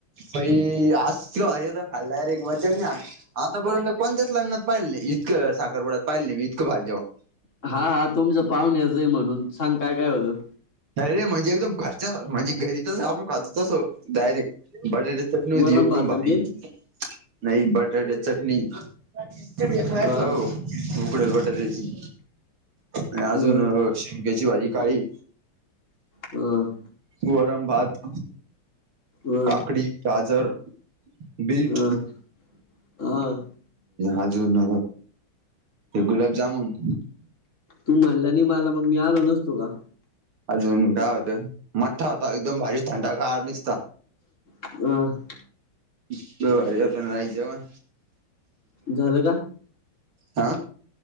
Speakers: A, on the right; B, on the left.
A: प आज क हारी होत खाल्ला र एक मजज आतापर्यंत कोणत्या च लग्त पाहिलं नाही इतकं साखरपडत पाहिलेलं इतकं भारी जेवण.
B: हा हा तुमच पाहुणेचंय म्हणून सांग काय काय होतं.
A: अर रे म्हणजे एकदम घरच्या सारखं हणजे घरीच आपण खातो तस डायरेक्ट. बटाटायची चटणी होती
B: वरण
A: एकदम
B: भात
A: भारी
B: अन तेन
A: नाही बटर चटणी. हो
B: हा
A: उकडल बटाटायची आणि अजूनह.
B: अ
A: शिमग्याची भाजी काळी.
B: हम.
A: वरण भात.
B: हम...
A: का कडी गाजर बीट.
B: अ हा
A: अजून ते गुलाबजामुन.
B: तू म्हणला नाही मला मग मी आलो नसतो का.
A: अजून काय होत मठ्ठा होता एकदम भारी थंडा गार निसता.
B: अ..
A: ह झालं म्हटलं राइस जेवण.
B: झालं का?
A: आं.